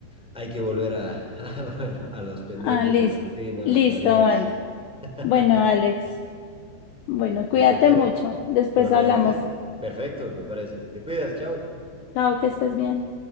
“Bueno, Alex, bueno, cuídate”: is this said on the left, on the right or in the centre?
Left